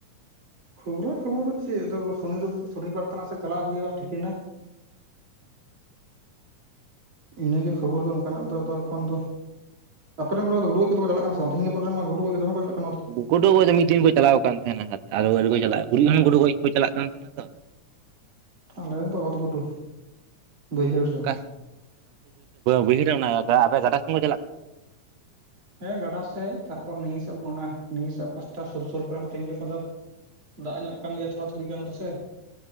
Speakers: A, on the right; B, on the right.
A: ᱠᱷᱚᱵᱚᱨᱟ ᱠᱷᱚᱵᱚᱨ ᱫᱚ ᱪᱮᱫ ᱟᱚ ᱥᱚᱱᱤ ᱫᱚ ᱥᱚᱱᱤ ᱵᱟᱨ ᱛᱮᱱᱟᱜ ᱥᱮᱫ ᱪᱟᱞᱟᱜ ᱦᱩᱭᱩᱜᱼᱟ ᱴᱷᱤᱠᱟᱹᱱᱟ ᱤᱱᱟᱹᱜᱮ ᱠᱷᱚᱵᱚᱨ ᱫᱚ ᱱᱚᱠᱟ ᱚᱱᱠᱟᱱᱟᱜ ᱫᱚ ᱟᱫᱚ ᱮᱠᱷᱚᱱ ᱫᱚ ᱟᱯᱮᱨᱮ ᱠᱚᱲᱟ ᱫᱚ ᱜᱩᱰᱩ ᱜᱚᱡ ᱠᱚ ᱫᱚ ᱠᱚ ᱪᱟᱞᱟᱜ ᱠᱟᱱᱟ ᱥᱮ ᱵᱟᱝ ᱛᱤᱦᱤᱧ ᱜᱟᱯᱟ ᱞᱮᱨᱮᱱ ᱢᱟ ᱜᱩᱰᱩ ᱜᱚᱡ ᱫᱚᱢᱮ ᱠᱚ ᱠᱚᱸᱪᱟᱞᱟᱜ ᱠᱟᱱᱟ
B: ᱜᱩᱰᱩ ᱜᱚᱡ ᱫᱚ ᱢᱤᱫ ᱫᱤᱱ ᱠᱚ ᱪᱟᱞᱟᱣ ᱠᱟᱱ ᱛᱟᱦᱮᱱᱟ ᱟᱨᱚ ᱟᱭᱹᱨᱤ ᱠᱚ ᱪᱟᱞᱟᱜᱼᱟ ᱩᱨᱤᱡ ᱦᱚᱸᱱ ᱜᱩᱰᱩ ᱜᱚᱡ ᱠᱚ ᱪᱟᱞᱟᱜ ᱠᱟᱱ ᱛᱟᱦᱮᱱᱟ ᱛᱚ
A: ᱟᱞᱮᱨᱮᱱ ᱫᱚ ᱚᱛ ᱜᱩᱰᱩ ᱵᱟᱹᱭᱦᱟᱹᱲ ᱨᱮᱱ
B: ᱠᱟ ᱵᱟᱹᱭᱦᱟᱹᱲ ᱨᱮ ᱚᱱᱟ ᱟᱯᱮ ᱜᱟᱰᱟ ᱥᱮᱱ ᱠᱚ ᱪᱟᱞᱟᱜ ᱠᱟᱱᱟ
A: ᱦᱮᱸ ᱜᱟᱰᱟ ᱥᱮᱡ ᱛᱟᱨᱯᱚᱨ ᱱᱤᱭᱟᱹ ᱱᱤᱭᱟᱹ ᱥᱟᱜ ᱯᱟᱥᱴᱟ ᱥᱩᱨ ᱥᱩᱨ ᱠᱚ ᱛᱤᱦᱤᱧ ᱜᱟᱯᱟ ᱫᱚ ᱫᱟᱜ ᱧᱚᱜ ᱠᱟᱱ ᱜᱮᱭᱟ ᱛᱷᱚᱲᱟ ᱛᱷᱚᱲᱤ ᱜᱟᱱ ᱫᱚᱥᱮ